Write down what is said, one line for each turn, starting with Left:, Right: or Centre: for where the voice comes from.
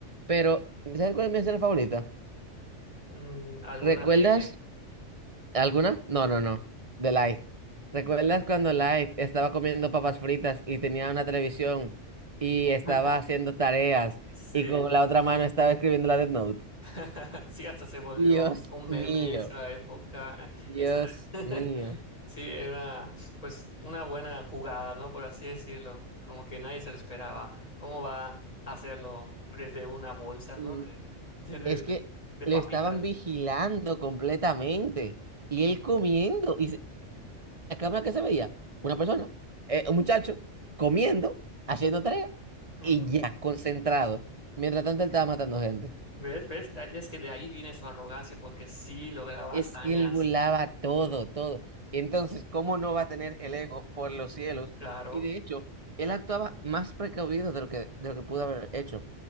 Right: Pero, ¿sabes cuál es mi escena favorita?
Left: Mm, ¿alguna
Right: ¿Recuerdas
Left: de él?
Right: alguna? No, no, no, de Light. ¿Recuerdas cuando Light estaba comiendo papas fritas y tenía una televisión y estaba
Left: <laughs>
Right: haciendo tareas
Left: Sí.
Right: y con la otra mano estaba escribiendo la Death Note?
Left: <laughs> Sí, hasta se volvió
Right: Dios
Left: un meme
Right: mío,
Left: esa época.
Right: Dios
Left: Esa... <laughs>
Right: mío.
Left: Sí, era pues una buena jugada, ¿no? Por así decirlo. Como que nadie se lo esperaba. ¿Cómo va a hacerlo desde una bolsa,
Right: Mm,
Left: ¿no? De, de, de-
Right: Es que
Left: de
Right: le
Left: papitas.
Right: estaban vigilando completamente y él comiendo. ¿Y se- la cámara que se veía? Una persona, eh, un muchacho, comiendo, haciendo tarea
Left: Ujú.
Right: y ya, concentrado. Mientras tanto, él estaba matando gente.
Left: ¿Ves? ¿Ves? Eh, Es que de ahí viene su arrogancia porque sí lograba
Right: Es
Left: hazañas.
Right: que él volaba todo, todo. Entonces, ¿cómo no va a tener el ego por los cielos?
Left: Claro,
Right: Y de hecho, él actuaba más precavido de lo que, de lo que pudo haber hecho.